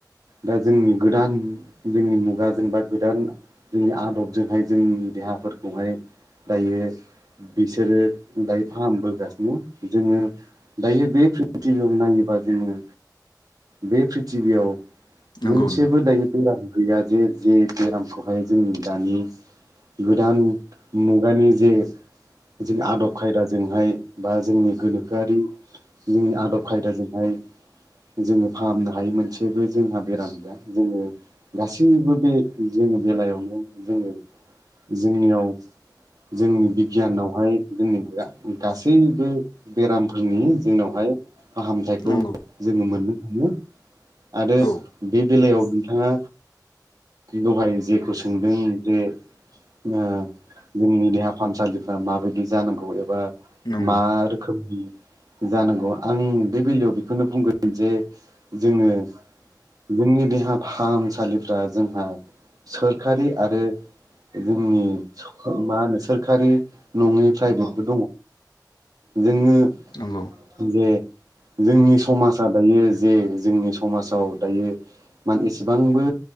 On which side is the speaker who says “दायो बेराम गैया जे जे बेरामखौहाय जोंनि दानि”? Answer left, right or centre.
Right